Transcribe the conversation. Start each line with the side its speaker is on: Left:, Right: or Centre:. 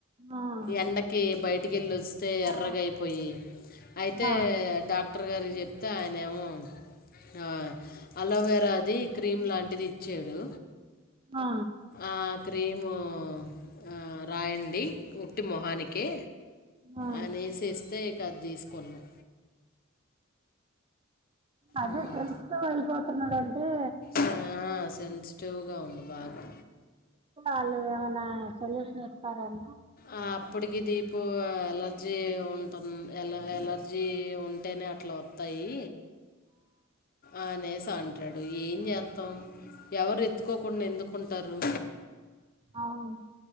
Right: ఆ
Left: ఎండకి బయటికెళ్ళి వస్తే
Right: ఆ
Left: ఎర్రగా అయిపోయి అయితే
Right: ఆ
Left: డాక్టర్ గారికి చెప్తే ఆయన ఏమో ఆ అలోవేరాది క్రీమ్ లాంటిది ఇచ్చాడు.
Right: ఆ
Left: ఆ క్రీము ఆ రాయండి ఉట్టి మొహానికే
Right: ఆ
Left: అనేసి ఇస్తే ఇక అది తీస్కున్నాం
Right: ఉ అదే
Left: ఉమ్.
Right: తెలిస్తే వెళ్ళిపో <unintelligible> టే
Left: ఆ, సెన్సిటివ్గా ఉంది బాగా
Right: <inaudible> ఏమన్నా సొల్యూషన్ కారామ
Left: ఆ అప్పటికి దీపు ఎలర్జీ ఉంటుం ఎ ఎలర్జీ ఉంటేనే అట్ల వత్తాయి ఆ నేస్ త అంటాడు ఏం చేత్తాం ఎవరు ఎత్తుకోకుండా ఎందుకుంటారు
Right: అవును